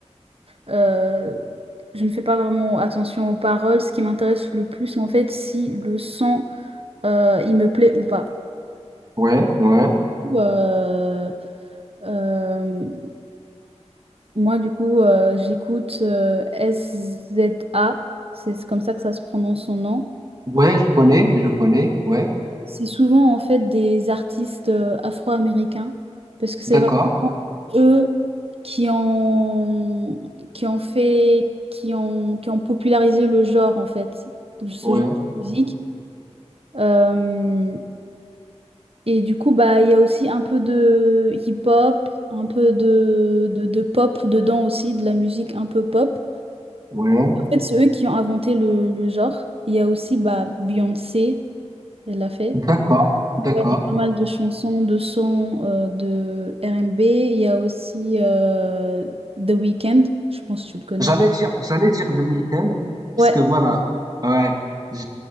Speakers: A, on the right; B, on the right.
A: Euh, je ne fais pas vraiment attention aux paroles. Ce qui m'intéresse le plus, c'est en fait, si le son, euh, il me plaît ou pas.
B: Ouais, ouais.
A: Euh, euh, moi, du coup, euh, j'écoute euh, SZA. C'est c'est comme ça que ça se prononce son nom.
B: Ouais, je connais, je connais, ouais,
A: C'est souvent, en fait, des artistes euh, afro-américains parce que c'est
B: d'accord,
A: vraiment eux qui ont, qui ont fait, qui ont, qui ont popularisé le genre, en fait, ce
B: ouais,
A: genre de
B: ouais,
A: musique. Euh, et du coup, bah, il y a aussi un peu de hip-hop, un peu de, de, de pop dedans aussi, de la musique un peu pop.
B: ouais,
A: En fait, c'est eux qui ont inventé le, le genre. Il y a aussi bah, Beyoncé, elle l'a fait.
B: d'accord, d'accord.
A: Ouais, il y a pas mal de chansons, de sons euh, de R&B. Il y a aussi euh, The Weeknd, je pense que tu le connais.
B: J'allais dire, j'allais dire The Weeknd,
A: Ouais,
B: parce que voilà, ouais, je,